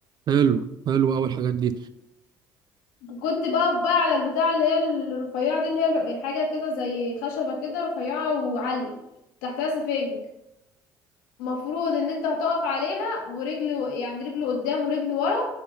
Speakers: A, on the right; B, on the left.
A: حلو حلو اول الحاجات دي
B: كنت بقف بقى على البتاع اللي هي الرفيعة دي اللي هي حاجة كده زي خشبة كده رفيعة وعالية تحتها سفنج مفروض ان انت هتقف عليها ورجل يعني رجل قدام ورجل ورا